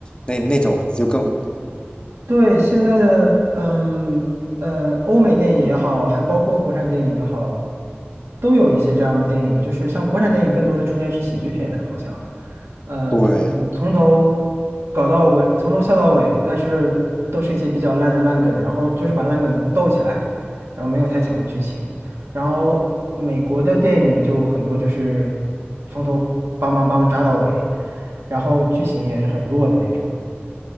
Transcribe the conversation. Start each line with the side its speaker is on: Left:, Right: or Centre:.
Left: 那那种就更
Right: 对，现在的嗯呃，欧美电影也好，还包括国产电影也好，都有一些这样的电影。就是像国产电影更多的出现是喜剧片，好像，呃，
Left: 对。
Right: 就是从头搞到尾，从头笑到尾，但是都是一些比较烂的烂梗，然后就是把烂梗逗起来，然后没有太强的剧情。然后美国的电影就很多就是从头梆梆梆扎到尾，然后剧情也是很弱的那种。